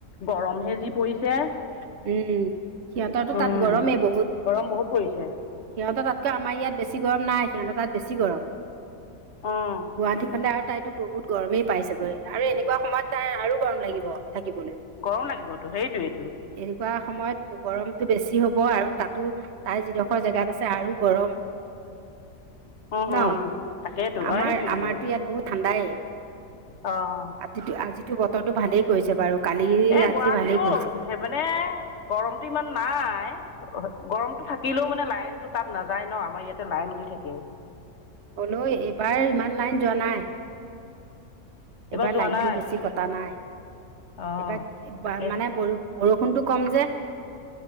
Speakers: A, on the left; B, on the right.
A: গৰমহে যি পৰিছে
B: উম সিহঁতৰতো
A: উম
B: তাত গৰমেই বহুত
A: গৰম বহুত পৰিছে ।
B: সিহঁতৰ তাতকৈ আমাৰ ইয়াত বেছি গৰম নাই সিহঁতৰ তাত বেছি গৰম
A: অঁ
B: গুৱাহাটী ফালে আৰু তাইতো বহুত গৰমেই পাইছেগৈ আৰু এনেকুৱা সময়ত তাই আৰু গৰম লাগিব থাকিবলৈ
A: গৰম লাগিবতটো সেইটোৱেইটো ।
B: এনেকুৱা সময়ত গৰমতটো বেছি হ'ব আৰু তাতো তাৰ যিডোখৰ জেগাত আছে আৰু গৰম
A: উ
B: ন
A: উ তাকেইো
B: আমাৰ
A: আৰু এইটোইটো
B: আমাৰতো ইয়াত বহুত ঠাণ্ডাই
A: অহ
B: আজিতো আজিতো বতৰটো ভালেই । কৰিছে বাৰু কালি
A: এ
B: আজি
A: গুৱাহাটীতো
B: ভালেই কৰিছে
A: সেই মানে গৰমতটো ইমান নাই গৰম কাটিলেও মানে লাইনটো তাত নাযায় ন । আমাৰ ইয়াতে লাইন গৈ থাকে
B: হলো এইবাৰ ইমান লাইন যোৱা নাই । এইবাৰ
A: যোৱা
B: লাইনটো
A: নাই
B: বেছি কটা নাই
A: অঁ
B: এইবাক
A: তাকে
B: মানে বাৰু বৰষুণটো কম যে